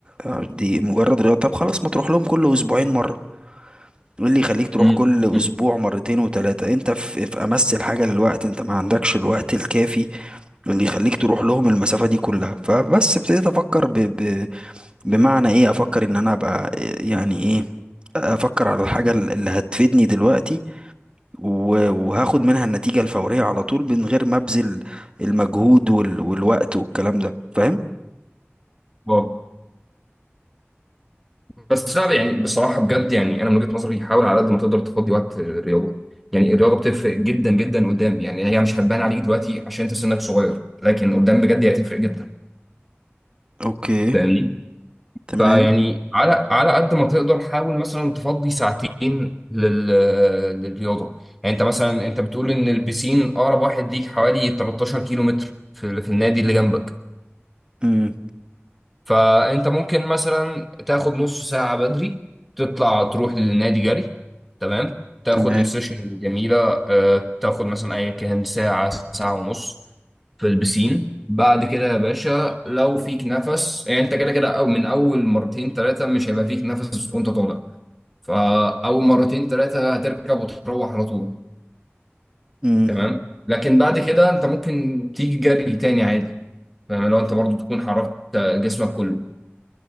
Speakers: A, on the right; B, in the centre.
A: أه، دي مجرد رياضه طب خلاص ما تروح لهم كل اسبوعين مره ايه اللي يخليك تروح
B: أمم.
A: كل اسبوع مرتين وتلاتة انت في, في امس الحاجة للوقت انت ما عندكش الوقت الكافي اللي يخليك تروح لهم المسافة دي كلها فبس ابتديت افكر ب... ب... بمعنى ايه افكر ان انا ابقى يعني ايه افكر على الحاجة اللي هتفيدني دلوقتي و- وهاخد منها النتيجة الفورية على طول من غير ما ابذل المجهود وال... والوقت والكلام ده فاهم
B: واو بس لا يعني بصراحة بجد يعني أنا من وجهة نظري حاول على قد ما تقدر تفضي وقت الرياضة يعني الرياضة بتفرق جدا جدا قدام يعني هي مش هتبان عليك دلوقتي عشان أنت سنك صغير لكن قدام بجد هي هتفرق جدا
A: اوكي
B: فاهمني؟
A: تمام
B: فيعني على على قد ما تقدر حاول مثلا تفضي ساعتين لل... للرياضة يعني أنت مثلا أنت بتقول إن البسين أقرب واحد ليك حوالي 13 كيلو متر في... في النادي اللي جنبك
A: امم
B: فانت ممكن مثلا تاخد نص ساعة بدري تطلع تروح للنادي جري تمام تاخد
A: تمام
B: السيشن الجميلة آه، تاخد مثلا ايا كان ساعة ساعة ونص في البسين بعد كده يا باشا لو فيك نفس يعني انت كده كده او من اول مرتين ثلاثة مش هيبقى فيك نفس وانت طالع فاول مرتين ثلاثة هتركب وتروح على طول
A: امم
B: تمام لكن بعد كده انت ممكن تيجي جري تاني عادي فاهم لو انت برضو تكون حركت جسمك كله